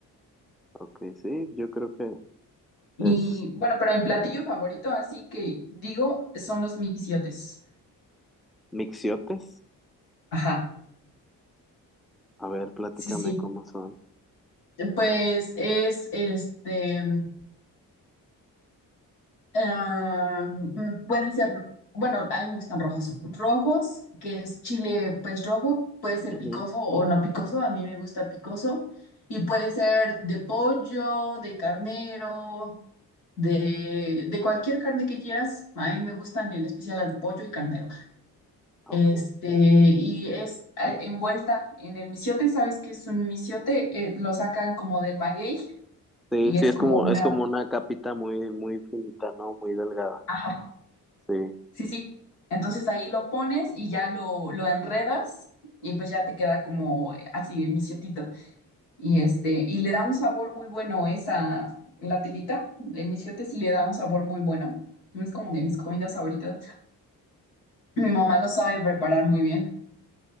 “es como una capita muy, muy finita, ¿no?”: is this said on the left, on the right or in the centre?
Centre